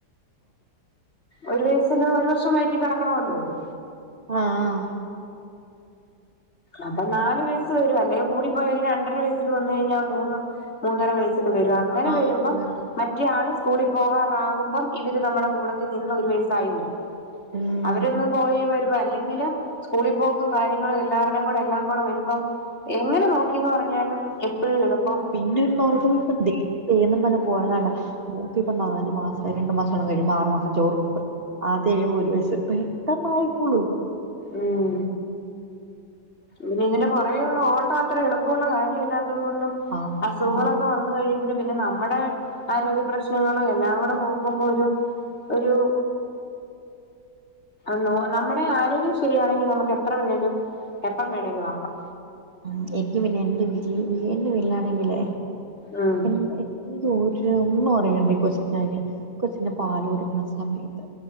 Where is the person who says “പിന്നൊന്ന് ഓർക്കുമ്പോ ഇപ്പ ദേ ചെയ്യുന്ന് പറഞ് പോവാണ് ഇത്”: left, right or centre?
Right